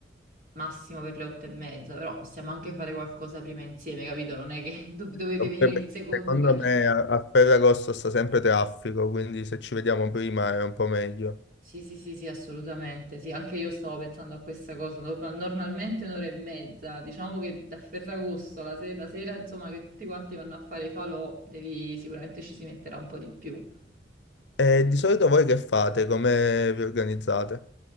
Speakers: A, on the right (about 45°); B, on the left (about 70°).
A: massimo per le 8 e mezza, però possiamo anche fare qualcosa prima insieme, capito? Non è che <laughs> do- dovete
B: Oppure
A: venire
B: perché
A: il secondo
B: Secondo
A: che accetta.
B: me a a Ferragosto sta sempre traffico, quindi se ci vediamo prima è un po' meglio.
A: Sì, sì, sì, sì, assolutamente. Sì, anche io stavo pensando a questa cosa. Norma- normalmente un'ora e mezza, diciamo che da Ferragosto, la, se- la sera, insomma, che tutti quanti vanno a fare i falò, devi, sicuramente ci si metterà un po' di più.
B: E di solito voi che fate? Come vi organizzate?